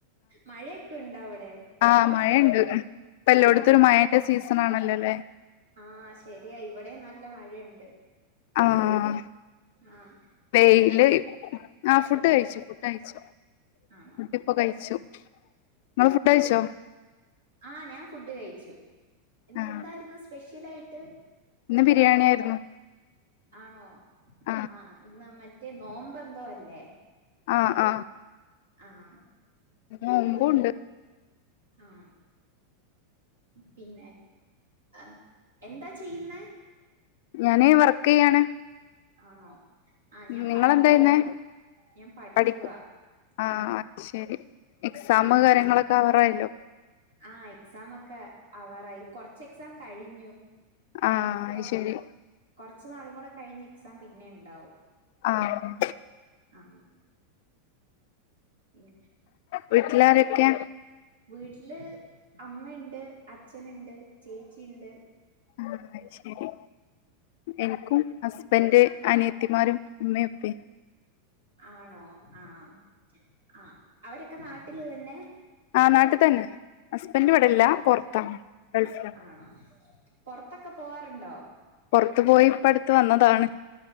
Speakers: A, on the right; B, on the left.
A: മഴയൊക്കെ ഉണ്ടോ അവിടെ
B: ആഹ് മഴയ്ണ്ട് ഇപ്പ എല്ലോടത്തും ഒരു മഴന്റെ സീസൺ ആണല്ലോ ല്ലേ.
A: ആഹ് ശരിയാ ഇവിടെ നല്ല മഴയുണ്ട്.
B: ആഹ്
A: ആഹ്
B: വെയില് ആഹ് ഫുഡ് കഴിച്ചു ഫുഡ് കഴിച്ചു.
A: ആണോ
B: ഫുഡ് ഇപ്പൊ കഴിച്ചു ഇങ്ങള് ഫുഡഴിച്ചോ?
A: ആഹ് ഞാൻ ഫുഡ് കഴിച്ചു ഇന്നന്തായിരുന്നു
B: ആ
A: സ്പെഷ്യലായിട്ട്?
B: ഇന്ന് ബിരിയാണി ആയിരുന്നു.
A: ആണോ
B: ആ
A: ആഹ് ഇന്ന് മറ്റേ നോമ്പെന്തോ അല്ലേ?
B: ആഹ് ആഹ്.
A: ആഹ്
B: നോമ്പുണ്ട്
A: പിന്നെ ആഹ്. പിന്നെ ആഹ് എന്താ ചെയ്യുന്നേ
B: ഞാന് വർക്ക് ചെയ്യാണ്.
A: ആണോ ആഹ് ഞാൻ
B: നിങ്ങളെന്താ
A: പഠിക്കുവാ
B: ചെയ്യുന്നേ
A: ഞാൻ പഠിക്കുവാ
B: പഠിക്കു ആ
A: ആഹ്.
B: ശരി എക്സാമ് കാര്യങ്ങളൊക്കെ ആവറായല്ലോ.
A: ആഹ് എക്സാമൊക്കെ ആവാറായി കൊറച്ച് എക്സാം കഴിഞ്ഞു.
B: ആ
A: ഇനി ഇപ്പോ
B: അയ്ശരി
A: കൊറച്ചു നാളും കൂടെ കഴിഞ്ഞ് എക്സാം പിന്നെ ഇണ്ടാവും.
B: ആഹ്.
A: ആഹ്. പിന്നെ
B: വീട്ടിലാരൊക്കെ?
A: വീട്ടില് അമ്മ ഇണ്ട് അച്ഛന്ണ്ട് ചേച്ചി ഇണ്ട്.
B: ആഹ് അയ് ശരി. എനിക്കും ഹസ്ബന്റ് അനിയത്തിമാരും ഉമ്മെം ഉപ്പിം
A: ആണോ ആഹ് ആഹ് അവരൊക്കെ നാട്ടില് തന്നെ.
B: ആഹ് നാട്ട് തന്നെ ഹസ്ബൻ്റ്
A: ആണോ
B: ഇവടെ ഇല്ല പൊറത്ത ഗൾഫില.
A: ആണോ പൊറത്തൊക്കെ പോവാറുണ്ടോ
B: പൊറത്തു പോയി ഇപ്പ അടുത്ത് വന്നതാണ്.